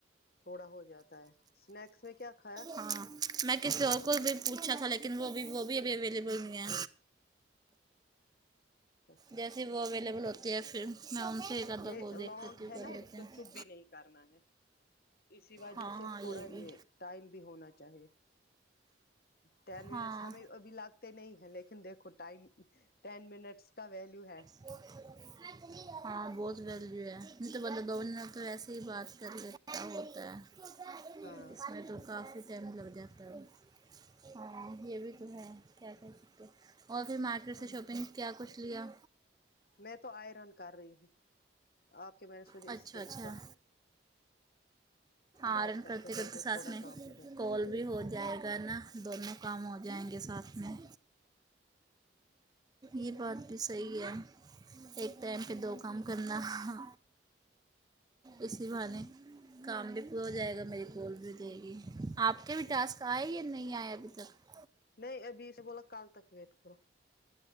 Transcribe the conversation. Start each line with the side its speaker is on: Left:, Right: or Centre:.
Left: تھوڑا ہو جاتا ہے اسنیکس میں کیا کھایا
Right: ہاں میں کسی اور کو بھی پوچھا تھا لیکن وہ بھی وہ بھی ابھی اویلیبل نہیں ہے
Left: اوکے
Right: جیسے وہ اویلیبل ہوتی ہے پھر میں ان سے آدھا
Left: یہ
Right: کو دیکھ
Left: لونگ
Right: لیتی ہوں
Left: ہے
Right: کر
Left: نہ
Right: لیتے
Left: اس سے
Right: ہیں
Left: چپ بھی نہیں کرنا ہے اسی وجہ
Right: ہاں
Left: سے
Right: ہاں
Left: تھوڑا یہ
Right: بھی
Left: ٹائم بھی ہونا چاہیے ٹین
Right: ہاں
Left: منٹ ہمیں ابھی لگتے نہیں ہے لیکن دیکھو ٹائم ٹین منٹس کا ویلیو ہے
Right: <unintelligible> ہاں بہت ویلیو ہے نہیں تو دونوں میں تو ایسے ہی بات کر لینا ہوتا ہے
Left: ہاں
Right: اس میں تو کافی ٹائم لگ جاتا ہے ہاں یہ بھی تو ہے کیا کہہ سکتے ہیں اور پھر مارکیٹ سے شاپنگ کیا کچھ لیا
Left: میں تو آئرن کر رہی ہوں آپ کے میں نے سوچا
Right: اچھا
Left: اس سے
Right: اچھا
Left: ب بات
Right: آئرن
Left: کرتے کرتے
Right: ساتھ
Left: تھوڑا
Right: میں
Left: کام ہو جائے
Right: کال بھی ہو جائے گا نا دونوں کام ہو جائیں گے ساتھ میں یہ بات بھی صحیح ہے ایک ٹائم پہ دو کام کرنا ہاں اسی بہانے کام بھی وہ ہو جائے گا میری کال بھی رہے گی آپ کے بھی ٹاسک آئے یا نہیں آئے ابھی تک
Left: نہیں ابھی سے بولا کل تک ویٹ کرو